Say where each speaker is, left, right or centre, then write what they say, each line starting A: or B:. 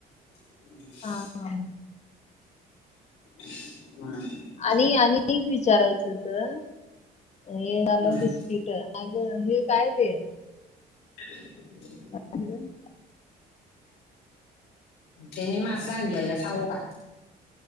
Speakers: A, on the left (about 85°); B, on the left (about 40°).
A: <inaudible>
B: हा हा
A: हम्.
B: आणि आणि एक विचारायचं होत हे आलं
A: हम्म.
B: बिस्किट अग हे काय ते
A: <inaudible>
B: <unintelligible>
A: तेनी मांस आणलेलं सांगू का?